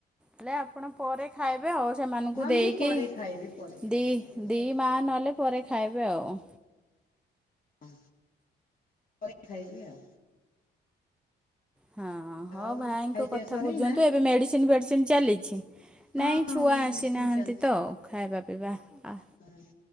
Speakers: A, in the centre; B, on the left.
A: ହେଲେ ଆପଣ ପରେ ଖାଇବେ ଆଉ ସେମାନଙ୍କୁ
B: ହଁ
A: ଦେଇକି।
B: ମୁଁ ପରେ ଖାଇବି ପରେ ଖାଇବି
A: ଦି
B: ଏବେ
A: ଦି ମା ନହେଲେ ପରେ ଖାଇବେ ଆଉ।
B: ହଁ ପରେ ଖାଇବି ଆଉ।
A: ହଁ ହଁ
B: ଆଉ
A: ଭାଇଙ୍କ
B: ଖାଇପିଆ
A: କଥା
B: ସରିନି
A: ବୁଝନ୍ତୁ
B: ନା
A: ଏବେ ମେଡ଼ିସିନ୍ ଫେଡ଼ିସିନ ଚାଲିଛି?
B: ହଁ
A: ନାଇଁ
B: ହଁ
A: ଛୁଆ ଆସିନାହାନ୍ତି
B: ମେଡିସିନ ଚାଲିଛି
A: ତ ଖାଇବା, ପିଇବା ଆଁ
B: ହଁ